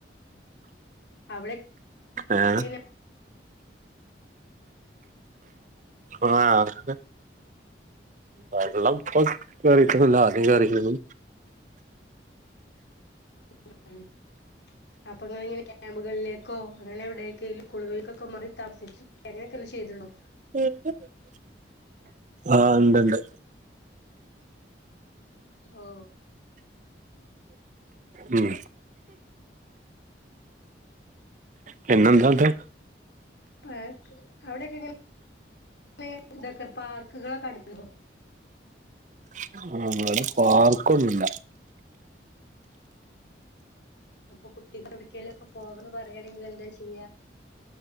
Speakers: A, on the left; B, on the right.
A: അവിടെ ക്കേന
B: ഏ ആ അങ്ങെ വെള്ളംഇപ്പംകറിട്ടില്ല ആദ്യം കേറിക്കണ്
A: <inaudible> അപ്പോ നിങ്ങൾഇങ്ങനെ ക്യാമ്പുകളിലേക്കോ അങ്ങനെ എവിടെങ്കിലു സ്കുളിലക്കൊക്കെ മാറി താമസിച്ച്ങ്ങനെ കൃഷി ചെയ്ത് ഒള്ളു
B: കേക്കുന്നുണ്ടോ ആഹ് ഉണ്ട്ണ്ട്
A: ഓ
B: ഉം പിന്നെന്താ ഇത്
A: പ <unintelligible> അവിടെ ഒക്കെ ഇങ്ങനെയാണ് ഇത് ഒകെ പാർക്ക് <unintelligible>
B: <unintelligible> വാർക്കൊന്നില്ല
A: അപ്പോൾ കു കുട്ടികൾക്ക് എവിടെയെങ്കിലൊക്കെ പോകന്ന് പറയുകയാണെങ്കിൽ എന്താ ചെയ്യാ